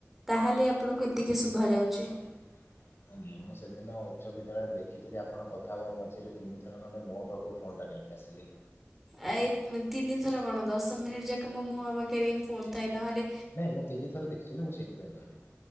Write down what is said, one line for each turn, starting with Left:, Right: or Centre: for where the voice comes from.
Centre: ତାହେଲେ ଆପଣଙ୍କୁ ଏତିକି ଶୁଭାଯାଉଛି।
Left: ହୁଁ ଆଜ୍ଞା ମୁଁ ସେଦିନ ଉଚ୍ଚ ବିଦ୍ୟାଳୟରେ ଦେଖିଥିଲି ଆପଣ କଥା ହେବା ମଝିରେ ତିନିଥର ଖଣ୍ଡେ ମୁହଁ ପାଖକୁ ଫୋନ ଟା ନେ ଇ ଆସିଲେ।
Centre: ଆ ଏଇ ତିନିଥର କଣ ଦଶ ମିନିଟ୍ ଯାକ ମୋ ମୁହଁ ପାଖରେ ହିଁ ଫୋନ ଥାଏ, ନହେଲେ
Left: ନାଇଁ ମୁଁ ତିନିଥର ଦେଖିଛି ନା, ମୁଁ ସେଥିପାଇଁ କହିଲି।